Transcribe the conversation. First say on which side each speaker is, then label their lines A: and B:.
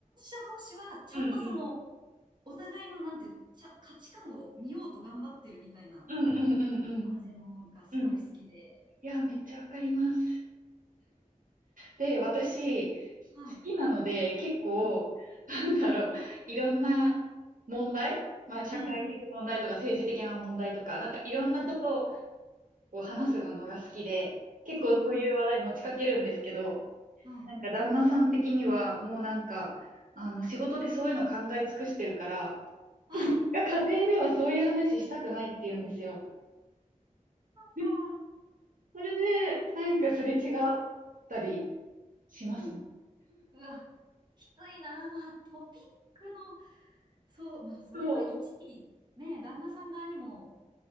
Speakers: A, on the right; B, on the right.
A: 者同士は、ちゃんとその、
B: うんうんうん
A: お互いの、なんていうの、ちゃ、価値観を見ようと頑張ってるみたいな
B: うんうんうんうん
A: 感じのがすごい好きで、
B: うんいや、めっちゃわかります。で、私、好きなので、
A: はい。
B: 結構、
A: うん
B: なんだろう、いろんな問題、まあ、社会的問題とか政治的な問題とか、
A: うんうん。
B: なんかいろんなこと
A: はい。
B: を話すのが好きで、結構そういう話題持ちかけるんですけど、
A: うんうんうん。はい。
B: なんか旦那さん的には、もうなんか、あの、仕事でそういうの考え尽くしてるから、
A: あ、
B: 家庭ではそういう話したくないって言うんですよ。で
A: あー
B: それで、なんかすれ違ったりしますね。
A: うんうわ、きついな。まあ、トピックの、そう、まあ、それは一理、
B: そう
A: ね、旦那さん側にも